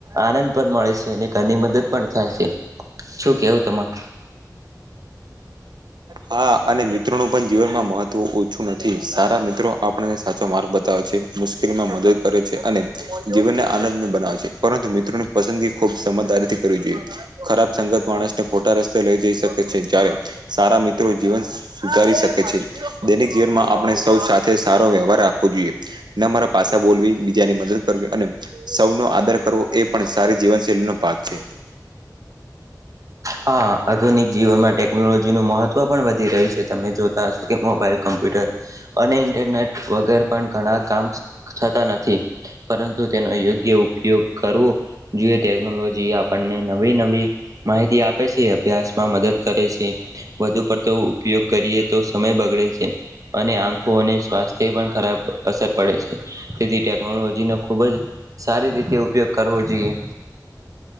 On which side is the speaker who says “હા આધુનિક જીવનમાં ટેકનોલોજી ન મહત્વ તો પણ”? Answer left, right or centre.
Right